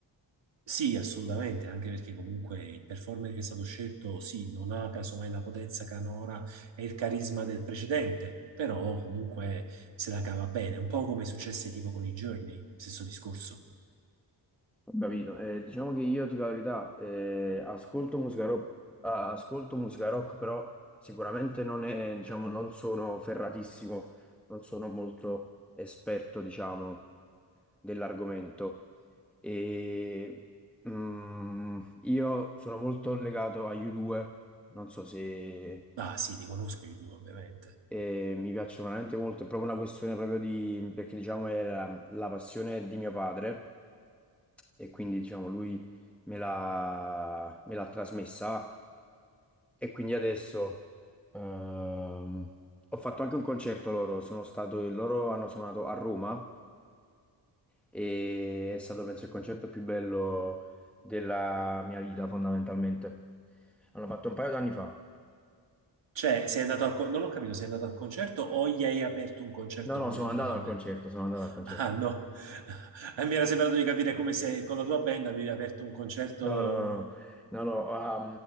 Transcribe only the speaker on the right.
Sì, assolutamente, anche perché comunque il performer che è stato scelto, sì, non ha casomai la potenza canora e il carisma del precedente, però comunque se la cava bene, un po' come successe tipo con i Journey, stesso discorso.
Ah sì, li conosco io due, ovviamente.
Cioè, sei andato al con- non ho capito, sei andato al concerto o gli hai aperto un concerto
con
una tua
band?
Ah, no, Eh, mi era sembrato di capire come se con la tua band avevi aperto un concerto.